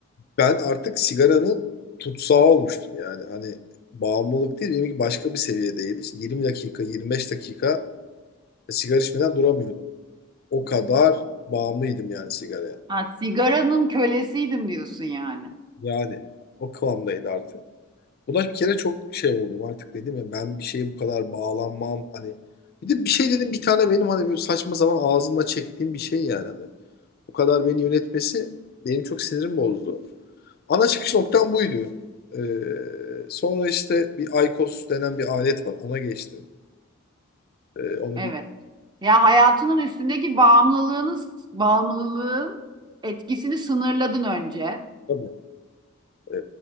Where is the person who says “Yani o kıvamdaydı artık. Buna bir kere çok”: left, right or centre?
Left